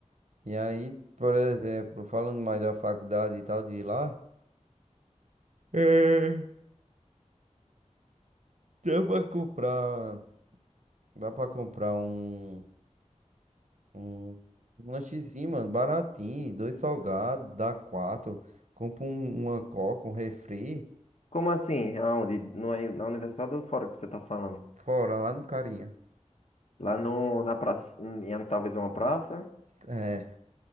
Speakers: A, on the right (about 70°); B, on the left (about 60°).
A: E aí, por exemplo, falando mais da faculdade e tal de ir lá, É. dá pra comprar, dá pra comprar um, um, um lanchezinho, mano, baratinho, dois salgados, dá quatro, compra um, uma coca, um refri,
B: Como assim? Aonde? No, na universidade ou fora que você tá falando?
A: fora lá no carinha.
B: Lá no, na praça, em, em talvez uma praça.
A: É,